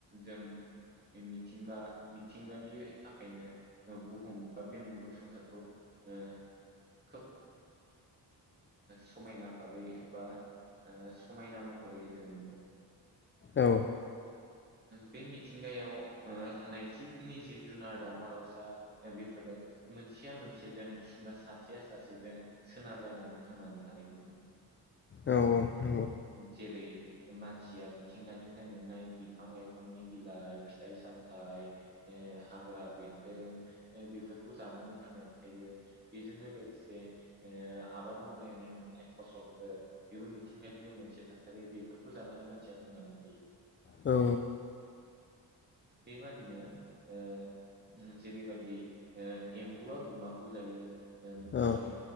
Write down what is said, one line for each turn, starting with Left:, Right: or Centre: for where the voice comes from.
Right: जों मिथिंगा मिथिंगानि थाखायनो बुहुम बा बे मुलुग संसारखौ ओ खोब समायना भाबै ओ बा समायना महरै जों नु मोनदों ओ
Left: औ
Right: बे मिथिंगायाव ओ थानाय जिखिनि जिब जुनार दाावमा दाावसा बेफोरो मोनसेया मोनसेजों बा सासेया सासेजों सोनारलायनानै थांनानै थानायखौ नुयो
Left: औ नंगौ
Right: जेरै मानसिया मिथिंगानिफ्राय मोननाय बिफां लाइफांनि बिलाइ फिथाइ सामथाइ ओ हाग्रा बेन्दों बेफोरखौ जानानै थांनानै थायो बेजोंनो लोगोसे ओ आबाद मावनानै मोननाय फसलफोर बेबो मिथिंगानिनो मोनसे थासारि बेफोर फोजानानै मानसिया थांनानै थायो
Left: औ
Right: बेबादिनो ओ जेरैबाददि एम्बुआ गुमाखौ जायो ओमफ्राय
Left: औ